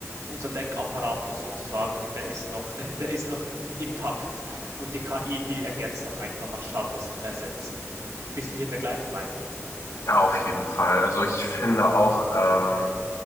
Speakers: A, on the right; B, on the left.
A: unser Denkapparatus sozusagen, der ist noch, <laughs> der ist noch intakt und die KI, die ergänzt das einfach, anstatt das zu ersetzen. Bist du hier der gleichen Meinung?
B: Ja, auf jeden Fall. Also ich finde auch, ähm,